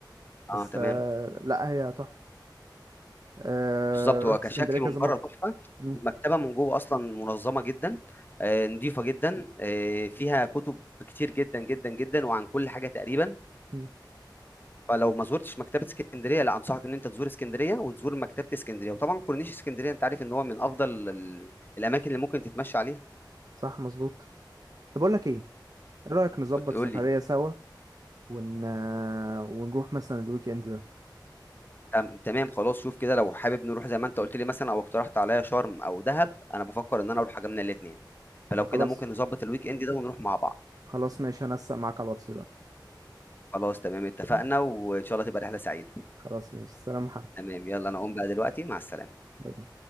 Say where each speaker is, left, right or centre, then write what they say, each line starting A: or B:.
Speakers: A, on the right; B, on the left.
A: بس
B: اه تمام
A: آه، لا هي تحفه آه،
B: بالظبط هو
A: رحت
B: كشكل
A: اسكندريه كذا
B: من
A: مره
B: بره تحفه
A: مم،
B: المكتبه من جوه اصلا منظمه جدا آه نظيفه جدا آه فيها كتب كتير جدا جدا جدا وعن كل حاجه تقريبا
A: مم،
B: فلو ما زورتش مكتبه اسكندريه لا انصحك ان انت تزور اسكندريه وتزور مكتبه اسكندريه وطبعا كورنيش اسكندريه انت عارف ان هو من افضل ال- الاماكن اللي ممكن تتمشى عليها
A: صح مظبوط طب اقول لك ايه ايه رايك نظبط
B: وتقول
A: سفريه
B: لي
A: سوا ون... آه، ونروح مثلا الويك اند ده
B: تم- تمام خلاص شوف كده لو حابب نروح زي ما انت قلت لي مثلا او اقترحت عليا شرم او دهب انا بفكر ان انا اروح حاجه من الاثنين فلو
A: خلاص
B: كده ممكن نظبط الويك اند ده ونروح مع بعض
A: خلاص ماشي هنسق معاك على الواتس دلوقتي
B: خلاص تمام اتفقنا
A: ماشي.
B: وان شاء الله تبقى رحله سعيده
A: خلاص ماشي سلام محمد
B: تمام يلا انا اقوم بقى دلوقتي مع السلامه
A: باي باي